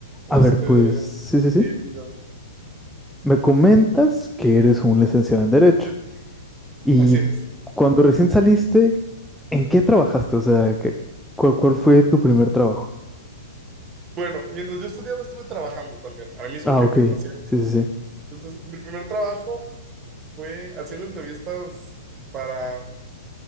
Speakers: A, on the right; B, in the centre.
A: Este,
B: A ver, pues sí, sí, sí.
A: y, y ya.
B: Me comentas que eres un licenciado en Derecho y
A: Así es.
B: cuando recién saliste, ¿en qué trabajaste? O sea, ¿qué- cuál, cuál fue tu primer trabajo?
A: Bueno, mientras yo estudiaba estuve trabajando también, al mismo
B: Ah,
A: tiempo,
B: ok.
A: hacía los
B: Sí,
A: dos.
B: sí, sí.
A: Entonces, mi primer trabajo fue haciendo entrevistas para